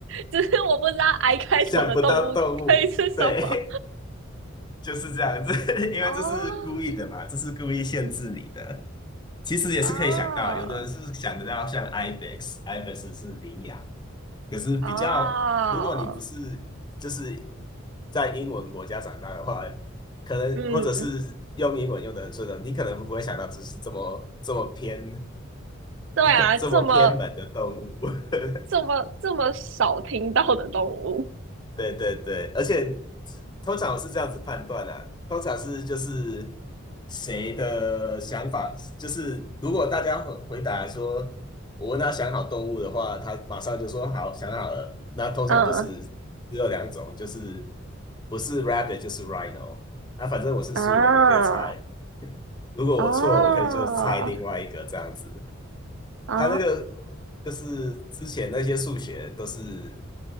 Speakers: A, on the right; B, on the left.
A: 只是我不知道 I
B: <laughs>
A: 开头的动物可以是什么。
B: 想不到动物，对。就是这样，子，<laughs> 因为这是故意的嘛，
A: 哦
B: 这是故意限制你的。其实也是可以想到，
A: 哦
B: 有的人是想得到像 ibex，ibex 是羚羊，可是比较，
A: 哦，
B: 如果你不是就是在英文国家长大的话，可能或者是用英文用的很顺的，
A: 嗯，
B: 你可能不会想到这是这么这么偏 <laughs>
A: 对啊，
B: 这么偏门的动物。
A: 这么
B: <laughs>
A: 这么这么少听到的动物，
B: 对对对，而且通常我是这样子判断啊，通常是就是谁的想法，就是如果大家回回答说，我问他想好动物的话，他马上就说好，想好了。那通常就是只有两种，
A: 嗯
B: 就是不是 rabbit 就是 rhino。那反正我是素人，
A: 啊
B: 我可以猜。如果我错了，
A: 啊
B: 我可以就猜另外一个这样子。
A: 啊。
B: 他那个就是之前那些数学都是